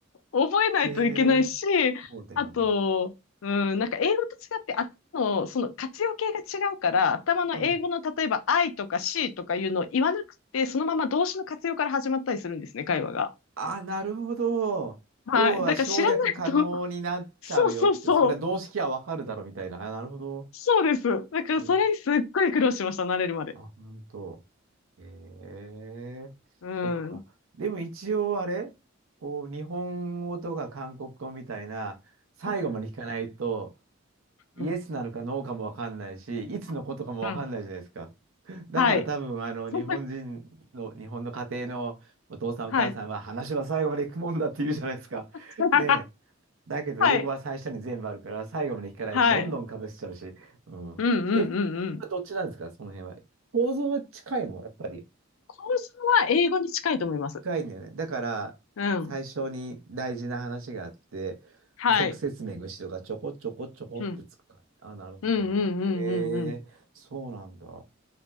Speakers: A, on the left; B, on the right.
A: 覚えないといけないし、
B: へえ、そうだよね。
A: あと、うん、なんか英語と違って、あの、その活用形が違うから、頭の英語の例えば
B: うん。
A: I とか C とかいうのを言わなくて、そのまま動詞の活用から始まったりするんですね、会話が。
B: あ、なるほど。
A: はい。
B: 要は省略可能になっちゃうよって、
A: だから知らないと、<laughs> そうそうそう、
B: それ動式はわかるだろみたいな。あ、なるほど。
A: そうです。だからそれにすっごい苦労しました、
B: お
A: 慣れるまで。
B: あ、本当。へえ、
A: うん。
B: そっか。でも一応あれ、こう、日本語とか韓国語みたいな、最後まで聞かないと、
A: うん
B: イエスなのかノーかもわかんないし、
A: うん。
B: いつのことかもわかんないじゃないですか。
A: うん
B: だから多分、
A: はい。
B: あの、
A: <laughs>
B: 日本人の、日本の家庭のお父さんお母さんは、
A: はい。
B: 話は最後まで行くもんだって言うじゃないですか。
A: <laughs> はい。
B: ね
A: <laughs>
B: だけど、
A: はい。
B: 英語は最初に全部あるから、最後まで聞かないとどんどんかぶしちゃうし。
A: はい。
B: うん。
A: うんうんうんうん。
B: え、これどっちなんですかその辺は。構造は近いのやっぱり。
A: 構造は英語に近いと思います。
B: 近いんだよね。だから、
A: うん。
B: 最初に大事な話があって、
A: はい。
B: 補足説明が後ろがちょこちょこちょこってつくから。
A: うん。
B: あ、なるほど、
A: うんうんうんうんうん。
B: なるほど。えー、そうなんだ。